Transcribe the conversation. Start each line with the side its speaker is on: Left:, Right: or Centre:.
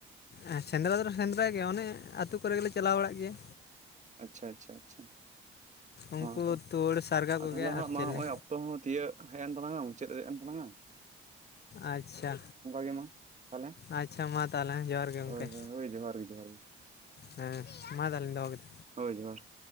Left: ᱦᱮ ᱥᱮᱸᱫᱽᱨᱟ ᱫᱚᱞ ᱥᱮᱸᱫᱽᱨᱟ ᱜᱮᱭᱟ ᱚᱱᱮ ᱟᱹᱛᱩ ᱠᱚᱨᱮ ᱜᱮᱞᱮ ᱪᱟᱞᱟᱣ ᱵᱟᱲᱟᱜ ᱜᱮᱭᱟ᱾
Right: ᱟᱪᱪᱷᱟ ᱟᱪᱪᱷᱟ ᱟᱪᱪᱷᱟ
Left: ᱩᱱᱠᱩ
Right: ᱦᱚᱸ ᱛᱚ
Left: ᱛᱩᱲ ᱥᱟᱨᱜᱟ ᱠᱚᱜᱮ
Right: ᱛᱟᱦᱚᱞᱮ ᱦᱟᱸᱜ
Left: ᱟᱨ
Right: ᱢᱟ
Left: ᱪᱮᱞᱮ?
Right: ᱱᱚᱜᱼᱚᱭ ᱚᱠᱛᱚ ᱦᱚᱸ ᱛᱤᱭᱟᱹᱜ ᱦᱮᱡ ᱮᱱ ᱛᱟᱞᱟᱝᱼᱟ ᱢᱩᱪᱟᱹᱫ ᱦᱮᱡ ᱮᱱ ᱛᱟᱞᱟᱝᱼᱟ
Left: ᱟᱪᱪᱷᱟ
Right: ᱜᱮ ᱢᱟ ᱛᱟᱦᱚᱞᱮ
Left: ᱟᱪᱪᱷᱟ ᱢᱟ ᱛᱟᱦᱚᱞᱮ ᱡᱚᱦᱟᱨ ᱜᱮ ᱜᱚᱝᱠᱮ᱾
Right: ᱦᱳᱭ ᱦᱳᱭ ᱦᱳᱭ ᱡᱚᱦᱟᱨ ᱜᱮ ᱡᱚᱦᱟᱨ ᱜᱮ
Left: ᱦᱮᱸ ᱢᱟ ᱛᱟᱦᱚᱞᱮᱧ ᱫᱚᱦᱚ ᱠᱮᱫᱟ᱾
Right: ᱦᱳᱭ ᱡᱚᱦᱟᱨ᱾